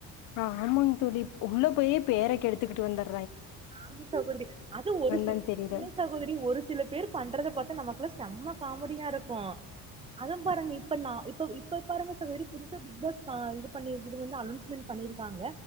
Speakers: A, on the left; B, on the right.
A: ஆஹ் ‌ஆமாங் தோழி உள்ள போயி பேர கெடுத்துக்கிட்டு வந்துரு
B: ஆமங் சகோதரி அது ஒரு
A: தான் தெரில.
B: இல்ல சகோதரி ஒரு சில பேர் பண்றத பாத்தா நமக்கு செம்ம காமெடியா இருக்கும் அத பாருங்க இப்ப நான் இப்ப இப்ப பாருங்க சகோதரி புதுச பிக் பாஸ் இ பண்ணி இது வந்து அனௌன்ஸ்மெண்ட் பண்ணிருக்காங்க